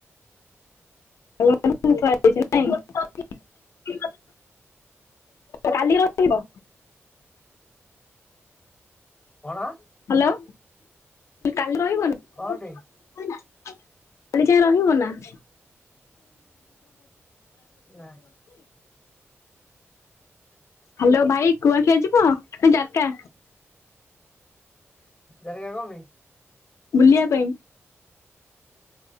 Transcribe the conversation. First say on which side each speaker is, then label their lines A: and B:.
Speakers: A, on the left (about 80°); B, on the left (about 15°).
A: <unintelligible> ନାଇଁ <unintelligible> କାଲି ରଖିବ।
B: କଣ?
A: ହ୍ୟାଲୋ କାଲି ରହିବନା।
B: କଁଟେ।
A: <inaudible> ସେଟି ଯାଇ ରହିବୁ ନା। <inaudible>
B: ନା
A: ହ୍ୟାଲୋ ଭାଇ କୁଆଖିଆ ଯିବ ନା ଜାର୍‌କା।
B: ଜାର୍‌କା କଁ ପାଇଁ।
A: ବୁଲିବା ପାଇଁ।